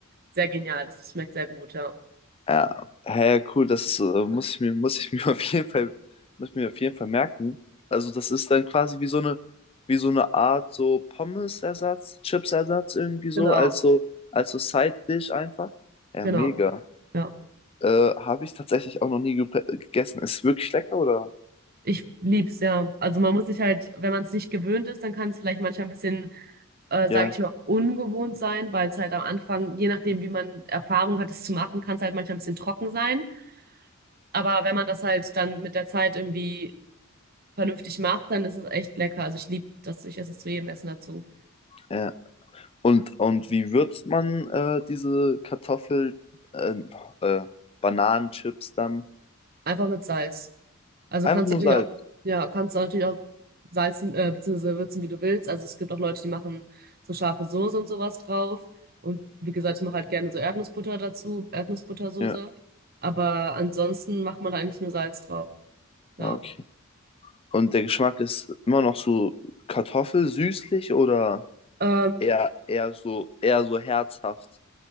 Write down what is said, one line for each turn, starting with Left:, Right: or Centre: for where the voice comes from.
Right: Sehr genial, das schmeckt sehr gut, ja.
Left: Ja, hä, cool. Das äh, muss ich mir, muss ich mir <laughs> auf jeden Fall, muss ich mir auf jeden Fall merken. Also das ist dann quasi wie so eine, wie so eine Art so Pommes-Ersatz, Chips-Ersatz irgendwie so,
Right: Genau,
Left: als so, als so Side-Dish einfach. Ja,
Right: genau,
Left: mega.
Right: ja.
Left: Äh, habe ich tatsächlich auch noch nie gepre- gegessen. Ist wirklich lecker, oder?
Right: Ich lieb's, ja. Also man muss sich halt, wenn man es nicht gewöhnt ist, dann kann es vielleicht manchmal ein bisschen, äh,
Left: Ja,
Right: sage ich mal, ungewohnt sein, weil es halt am Anfang, je nachdem, wie man Erfahrung hat, es zu machen, kann es halt manchmal ein bisschen trocken sein. Aber wenn man das halt dann mit der Zeit irgendwie vernünftig macht, dann ist es echt lecker. Also ich liebe das, ich esse es zu jedem Essen dazu.
Left: ja. Und, und wie würzt man äh, diese Kartoffel, äh, äh, Bananenchips dann?
Right: Einfach mit Salz. Also
Left: Einfach
Right: kannst
Left: nur
Right: du natürlich
Left: Salz.
Right: auch, ja, kannst du natürlich auch salzen, äh, beziehungsweise würzen, wie du willst. Also es gibt auch Leute, die machen so scharfe Soße und sowas drauf. Und wie gesagt, ich mache halt gerne so Erdnussbutter dazu, Erdnussbuttersoße.
Left: Ja,
Right: Aber ansonsten macht man eigentlich nur Salz drauf. Ja.
Left: ah, okay. Und der Geschmack ist immer noch so Kartoffel, süßlich oder
Right: Ähm,
Left: eher, eher so, eher so herzhaft?